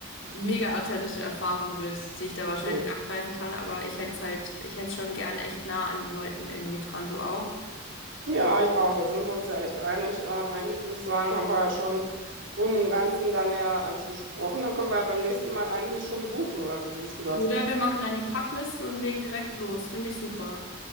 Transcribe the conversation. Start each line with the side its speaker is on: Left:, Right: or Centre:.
Left: mega authentische Erfahrung wird, die ich da wahrscheinlich
Right: Hm.
Left: abgreifen kann, aber ich hätte es halt, ich hätte es schon gern echt nah an den Leuten irgendwie dran, du auch.
Right: Ja, ich auch. Da sind wir uns ja echt einig. Äh, eigentlich würde ich sagen, haben wir ja schon grob im Ganzen dann ja alles besprochen. Dann können wir ja beim nächsten Mal eigentlich schon buchen, oder wie siehst du das?
Left: Oder wir machen dann die Packliste und legen direkt los. Finde ich super.